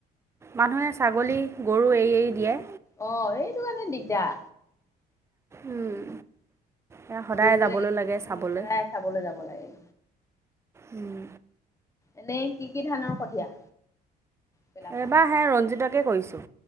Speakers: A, on the right; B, on the left.
A: মানুহে ছাগলী, গৰু এৰি এৰি দিয়ে।
B: অ', সেইটো কাৰণে দিগদাৰ।
A: উম, এয়া সদায়
B: গৰু
A: যাবলৈ
B: বিলাক
A: লাগে
B: উম
A: চাবলৈ।
B: সদায় চাবলৈ যাব লাগিব।
A: উম।
B: এনেই কি কি ধানৰ কঠীয়া? পেলাইছা
A: এইবাৰ সে ৰঞ্জিতকে কৰিছোঁ